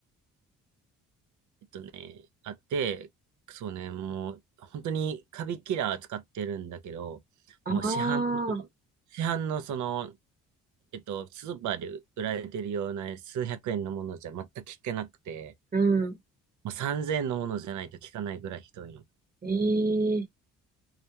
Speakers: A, on the right; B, on the right.
A: えっとね、あって、そうね、もう本当にカビキラー使ってるんだけど、
B: あ
A: もう市販の市販のその
B: あ、
A: えっと、スーパーで売られてるような数百円のものじゃ全く聞けなくて、
B: うん。
A: もう3000円のものじゃないと聞かないぐらいひどいの。
B: ええ